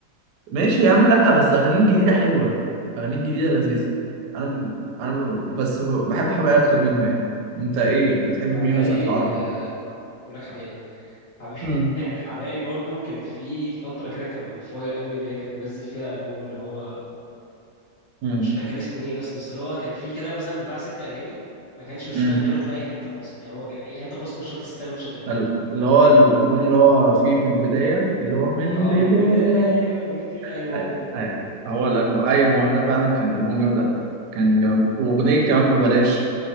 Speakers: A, on the right (about 85°); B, on the left (about 45°).
A: ماشي يا عم لأ بس أغانيه الجديدة حلوة أغانيه الجديدة لذيذة أنا م- أنا ب- بس ب- بحب حماقي أكتر منه يعني أنت إيه بتحب
B: حبائي
A: مين مثلا في العربي؟
B: آه، بقول لك حبائي حم...
A: مم.
B: <laughs> حماي برضو كان في فترة كده كان فاير قوي اللي هي كان منزل فيها ألبوم اللي هو
A: مم.
B: مش فاكر كان اسمه ايه اصلا بس اللي هو كان في كده مثلا بتاع ست أغاني ما كانش بيشتغل
A: مم.
B: غيرهم في أي حتة في مصر يعني هو كان أي حتة في مصر كنت شرط الست أغاني دول شغالين
A: ال- اللي هو الألبوم اللي هو فيه من البداية اللي هو من البداية
B: اه من البداية قلت لي أيوه هو
A: ايوه
B: ده
A: ايوه هو الالبوم ايوه ما هو ده فعلا كان البوم جامد قوي كان جامد واغنيه كمان ما بلاش